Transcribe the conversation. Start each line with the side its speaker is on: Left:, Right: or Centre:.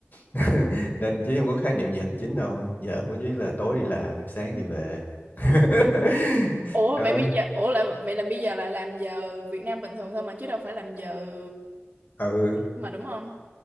Left: <laughs> nên Chí không có khái niệm gì hành chính đâu giờ của Chí là tối đi làm sáng đi về <laughs>
Right: Ủa
Left: đó
Right: vậy bây giờ ủa là vậy là bây giờ là làm giờ Việt Nam bình thường thôi mà chứ đâu phải làm giờ
Left: ừ
Right: mà đúng không?